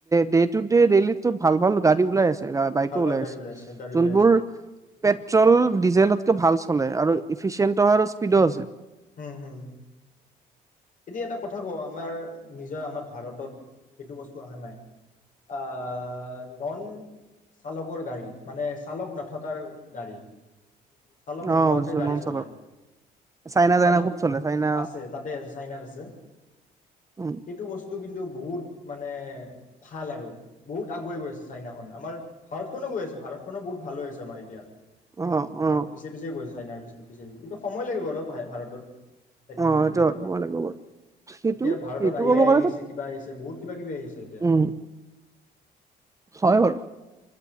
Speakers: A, on the right; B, on the left.
A: ডে টু ডে ডেইলিতো ভাল ভাল গাড়ী ওলাই আছে বাইকো
B: ভাল ভাল
A: ওলাই
B: গাড়ী
A: আছে
B: গাড়ী
A: যোন
B: ওলাই
A: বোৰ
B: আছে
A: পেট্ৰ'ল ডিজেলত কেও ভাল লে আৰু ইফিচিয়েণ্টৰ স্পিডো আছে
B: হম হম এতিয়া এটা কথা কওঁ আমাৰ নিজৰ আমাৰ ভাৰতত সেইটো বস্তু অহা নাই আ নন চালকৰ গাড়ী মানে চালক নথকাৰ গাড়ী চালক
A: অ
B: নোহোৱাকৈ
A: বুজিছো
B: গাড়ী
A: নন
B: চলাই
A: চলত চাইনা
B: চালক
A: চাইনা খুব চলে চাইনা
B: আছে তাতে আছে বাই ভাল আছে?
A: অ
B: এইটো বস্তু কিন্তু বহুত মানে ভাল আৰু, বহুত আগুৱাই গৈ আছে চাইনাখন। আমাৰ ভাৰতখনো গৈ আছে, ভাৰতখনো বহুত ভাল হৈ আছে। জ মাৰি দিয়া
A: অ অ
B: ৰত পিছে পিছে গৈ আছে। চাইনাৰ বিস্কুট, পিছে কিন্তু সময় লাগিব অলপ ভাৰ ভাৰতত। টেকনলজিটো
A: অ সেইটো
B: হেৰি
A: হয়
B: কৰ
A: মই লাগিব বাৰু। সেইটো
B: এতিয়া ভাৰতত
A: সেইটো
B: আই
A: কৰিব
B: আ আহিছে
A: গ'লে ত
B: কিবা আহিছে বহুত কিবা কিবি আহিছে এতিয়া।
A: উম হয় বাৰু।